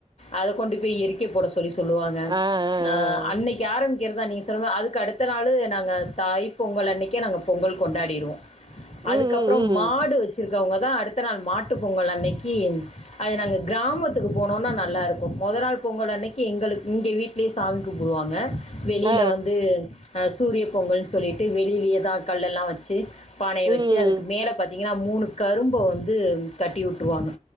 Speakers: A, on the left (about 55°); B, on the right (about 35°).
A: அத கொண்டு போயி எரிக்கப் போட சொல்லி சொ சொல்லுவாங்க
B: ஆ ஆ
A: நா
B: ஆ.
A: அன்னைக்கு ஆரம்ப் க்கிறதா நீங் சொல்லுவ அதுக்கு அடுத்த நாளு நாங்க தாய் பொங்கல் அன்னைக்கே நாங்க பொங்கல் கொண்டாடிருவோ
B: ம்
A: அதுக்கப்புற
B: ம் ம்.
A: மாடு வச்சிருக் அவங்க தா அடுத்த நாள் மாட்டு பொங்கல் அன்னைக்கு அது நாங்க கிராமத்துக்கு போனோம்னா நல்லா இருக்கு மொத நாள் பொங்கல் அன்னைக் எங்களுக் இங்க வீட்லியே சாமி கூம்பிடுவாங்க வெளியில
B: ஆ.
A: வந்து அஹ் சூரிய பொங்கல்னு சொல்லிட்டு வெளிலயேதா கல்லெல்லா வச்சு பானையை
B: ம்.
A: வச்சு அதுக்கு மேல பத் இங்களமூணு கரும்ப வந்து கட்டிவுட்டுருறவாங்க